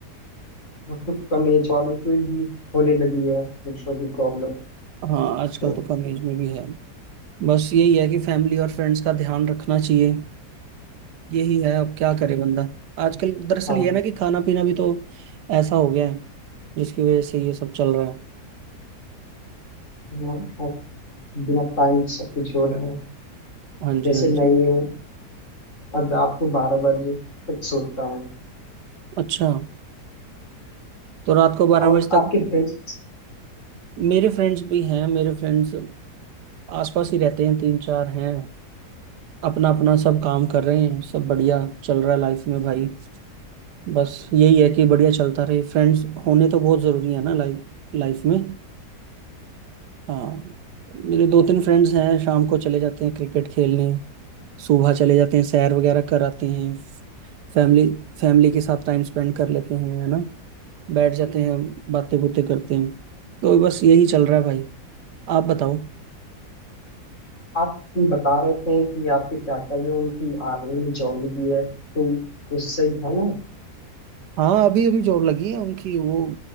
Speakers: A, on the left (about 45°); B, on the right (about 80°).
A: तो कम एज वालों को भी होने लगी है घुटनों की प्रॉब्लम
B: हाँ आजकल
A: तो
B: तो कम एज में भी है बस यही है कि फैमिली और फ्रेंड्स का ध्यान रखना चाहिए यही है अब क्या करे बंदा आजकल दरअसल
A: हाँ
B: ये है ना कि खाना पीना भी तो ऐसा हो गया है जिसकी वजह से ये सब चल रहा है
A: हाँ, आप बिना टाइम सब कुछ हो रहा है
B: हाँ जी
A: जैसे
B: हाँ जी
A: मैं ये हूँ अब रात को बारह बजे तक सोता हूँ
B: अच्छा तो रात को बारह
A: और
B: बजे तक
A: आपके फ्रेंड्स
B: मेरे फ्रेंड्स भी हैं मेरे फ्रेंड्स आसपास ही रहते हैं तीन चार हैं अपना अपना सब काम कर रहे हैं सब बढ़िया चल रहा है लाइफ में भाई बस यही है कि बढ़िया चलता रहे फ्रेंड्स होने तो बहुत जरूरी है ना लाइफ लाइफ में हाँ मेरे दो तीन फ्रेंड्स हैं शाम को चले जाते हैं क्रिकेट खेलने सुबह चले जाते हैं सैर वगैरह कर आते हैं फैमिली फैमिली के साथ टाइम स्पेंड कर लेते हैं है ना बैठ जाते हैं बातें बुतें करते हैं तो बस यही चल रहा है भाई आप बताओ
A: आप बता रहे थे कि आपके चाचा जो हैं, उनकी आर्मी में जॉब लगी है तो वो सही है ना
B: हाँ अभी अभी जॉब लगी है उनकी वो